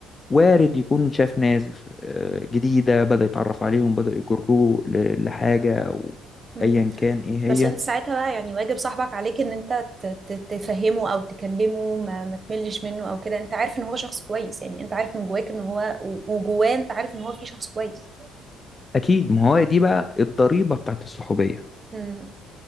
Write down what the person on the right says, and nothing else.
مم.
بس
انت ساعتها بقى يعني واجب صاحبك عليك ان انت ت- ت- تفهمه او تكلمه ما, ما تملش منه او كده انت عارف ان هو شخص كويس يعني انت عارف من جواك ان هو و- وجواه انت عارف ان هو في شخص كويس
امم